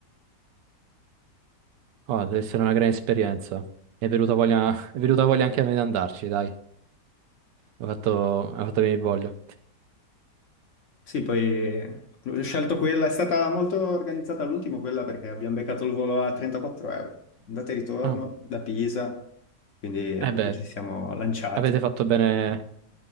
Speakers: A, on the right; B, on the left.
A: oh, deve essere una gran esperienza. Mi è venuta voglia, <laughs> è venuta voglia anche a me di andarci, dai. Ha fatto, ha fatto venire voglia.
B: Sì, poi eh, ho scelto quella, è stata molto organizzata all'ultimo quella perché abbiamo beccato il volo a 34 euro, andata e ritorno
A: Ah,
B: da Pisa, quindi
A: eh
B: proprio
A: beh,
B: ci siamo lanciati.
A: avete fatto bene